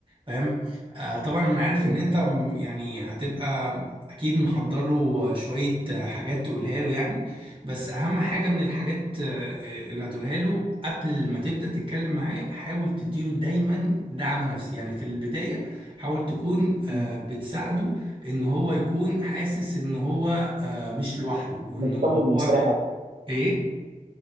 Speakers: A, on the right (about 35°); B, on the right (about 65°).
A: فاهم آه، طبعا انا عارف
B: مم.
A: ان انت م- يعني هتبقى اكيد محضر له شوية آه، حاجات تقولها له يعني بس اهم حاجه من الحاجات آه، آه، اللي هتقولها له قبل ما تبدا تتكلم معاه حاول تديله دايما دعم نفسي يعني في البدايه حاول تكون آه،
B: مم.
A: بتساعده ان هو يكون حاسس ان هو آه، مش لوحده وان
B: مطمن
A: هو
B: ومستريح اكتر
A: ايه